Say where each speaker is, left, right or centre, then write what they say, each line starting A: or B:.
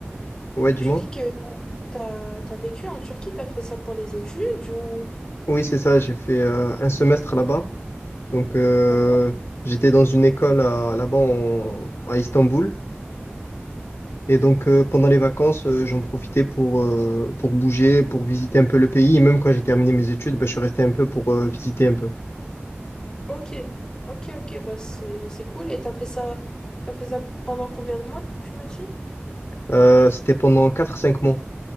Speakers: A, on the left; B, on the left.
A: ouais, du
B: tu
A: moins.
B: dis que t'as, as vécu en Turquie, t'as fait ça pour les études ou...
A: Oui, c'est ça, j'ai fait euh, un semestre là-bas. Donc, euh,
B: D'accord.
A: j'étais dans une école à- là-bas en- à Istanbul. Et donc, euh, pendant les vacances, euh, j'en profitais pour, euh, pour bouger, pour visiter un peu le pays. Et même quand j'ai terminé mes études, ben, je suis resté un peu pour euh, visiter un peu.
B: Ok, ok, ok, bah c'est, c'est cool. Et t'as fait ça, t'as fait ça pendant combien de mois, tu m'as dit?
A: Euh, c'était pendant quatre cinq mois.